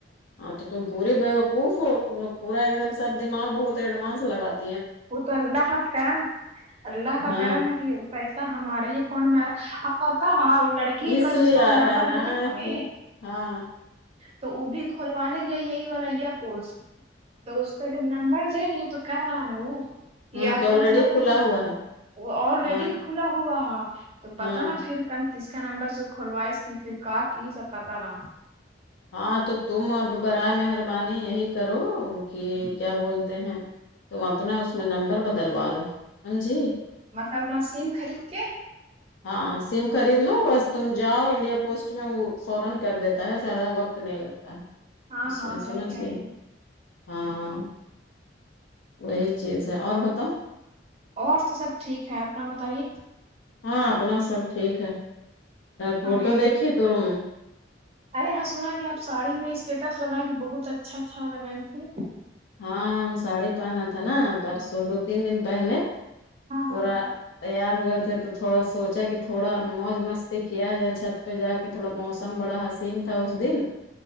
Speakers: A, on the left; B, on the right.
A: ہاں تو تم پوری بیوقوف ہو تو پورا ایک دم سب دماغ بہت ایڈوانس لگاتے
B: وہ تو اللہ کا کرم اللہ کا
A: ہاں
B: کرم ہے کہ پیس ہمارے ہی اکاؤنٹ می ایا اور پتہ ہے وہ لڑکی کی
A: اس
B: کا جس
A: لیے
B: کا ہم
A: آ رہا
B: نمبر
A: ہے نا
B: لیا تھا
A: کہ
B: نہ
A: ہاں
B: تو وہ بھی کھولوانے گئے یہی والا انڈیا پوسٹ تو اس کا نمبڑ دے رہی ہے تو کہ رہا نا وہ
A: ہاں
B: یہ آپ
A: کہ آلریڈی
B: کا نمبر
A: کھلا
B: تو کس
A: ہوا ہے
B: وہ آل
A: ہاں
B: ریڈی کھلا ہوا تو
A: ہاں
B: پتا نا پھر کن کس کا نمبر سے کھلواںی اس کی فرکا کی سب بتانا
A: ہاں تو تم اب برائے مہربانی یہی کرو کہ کیا بولتے ہیں تم اپنا اس میں نمبر بدلوا لو سمجھی
B: مطلب اپنا سیم خرید کے
A: ہاں سم خرید لو بس تم جاو انڈیا پوسٹ میں وہ فورا کر دیتا ہے زیادہ وقت نہیں لگتا
B: ہاں
A: اس
B: ہاں
A: میں
B: صحیح
A: سمجھ
B: کہہ
A: گئے
B: رہی ہیں
A: ہاں وہی چیز ہے اور بتاؤ
B: اور تو سب ٹھیک ہے اپنا بتائیے
A: ہاں اپنا سب ٹھیک ہے فوٹو
B: ہاں نہیں
A: دیکھی تم
B: ارے ہاں سنا کہ آپ ساڑی میں اسٹیٹس لگائی تھی بہت اچھا اچھا لگائی تھی
A: ہاں ساڑی پہنا تھا نا پرسوں دو تین دن پہلے
B: ہاں
A: پورا
B: ہاں
A: تیار ہوئے تھے تو تھوڑا سوچا کہ تھوڑا موج مستی کیا جائے چھت پہ جا کے کہ تھوڑا موسم بڑا حسین تھا اس دن